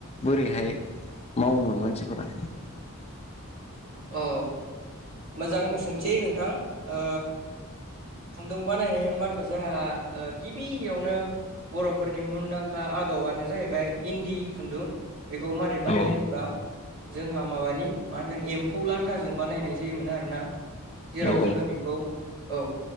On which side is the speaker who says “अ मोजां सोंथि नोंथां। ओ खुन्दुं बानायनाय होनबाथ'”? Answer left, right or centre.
Right